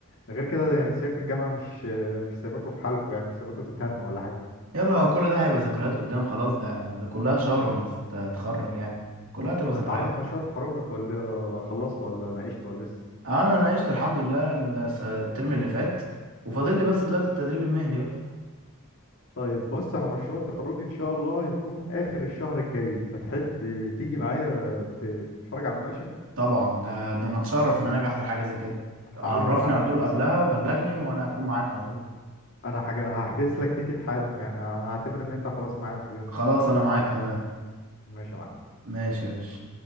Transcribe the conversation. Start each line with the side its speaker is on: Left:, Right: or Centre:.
Left: غير كده يعني شايف الجامعة مش مش سايباكوا في حالكوا يعني مش سايباكوا تتهنوا ولا حاجة
Right: يلا هو كل ده هيبقى ذكريات قدام خلاص ده ده كلها شهر وانا تتخرج يعني كلها هتبقى ذكريات
Left: انت عملت مشروع تخرجك ولا ولا خلصت ولا ناقشت ولا لسه
Right: آه، انا ناقشت الحمد لله الس- الترم اللي فات وفاضل لي بس دلوقتي التدريب المهني بقى
Left: طيب بص انا مشروع التخرج ان شاء الله هيكون اخر الشهر الجاي فتحب تيجي معايا ت- تتفرج على المناقشه
Right: طبعا ده ده انا اتشرف ان انا اجي احضر حاجه زي كده
Left: حبيبي
Right: عرفني
Left: يا معلم
Right: على طول
Left: خلاص
Right: قبلها وبلغني وانا هكون معاك على طول
Left: انا حاجة هحجز لك تيكت حالا يعني انا هعتبر ان انت خلاص معايا في اليوم
Right: خلاص
Left: ده
Right: انا معاك تمام
Left: ماشي يا معلم
Right: ماشي يا باشا